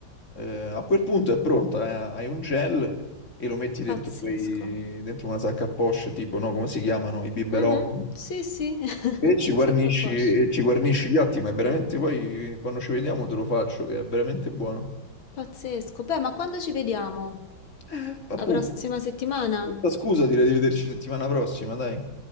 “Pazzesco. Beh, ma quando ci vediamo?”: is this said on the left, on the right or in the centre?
Left